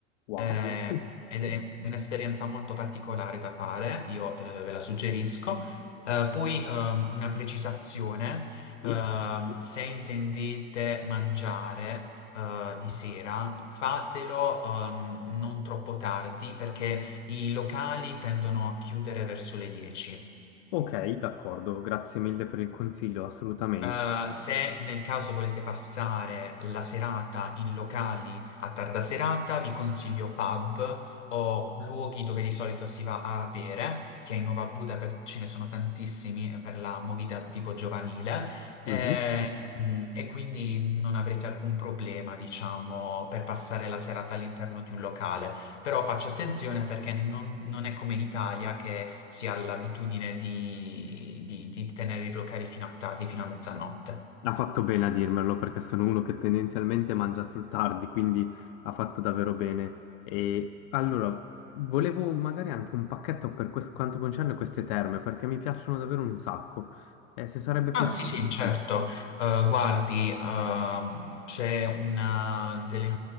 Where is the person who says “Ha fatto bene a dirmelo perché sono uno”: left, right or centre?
Left